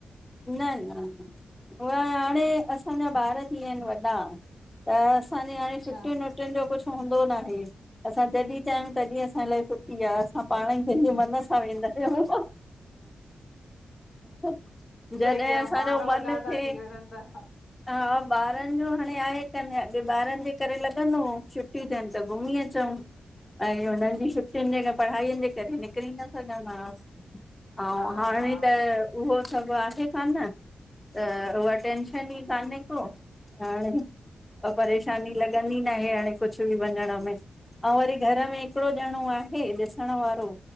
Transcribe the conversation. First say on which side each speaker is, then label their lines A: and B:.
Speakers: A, on the left (about 15°); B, on the left (about 75°).
A: न-न, उ हाणे, असांजा ॿार थी वया आहिन वॾा। त असांजी हाणे
B: अच्छा
A: छुटियूं न छटियुन जो कुछ हूंदो ना आहे। असां जॾहिं चाहियूं, तॾहिं असां लाइ छुटी आहे। असां पाण ई पहिंजे मन सां वेंदा आहयूं। <unintelligible> जॾहिं
B: सही आ
A: असांजो
B: ॿार
A: मन
B: वॾा
A: थिए।
B: था थी वञनि त
A: हां, ॿारन जो हाणे आहे कान। अगै ॿारन जे करे लॻंदो हो। छुट छुट्टी थथे त घुमी अचूं। ऐं हुनन जी छुट्टियुन जे पढ़ाईन जे करे निकिरी न सघंदां हास। अऊ
B: हा
A: हाणे
B: हा
A: त, उहो सभ आहे कान्ह। त, उहा टेंशन ई कान्हे को हाणे। परेशानी लॻंदी ना आहे। हाणे कुछ बि वञण में। अऊ वरी घर में हिकड़ो डणो आहे, ॾिसणु वारो।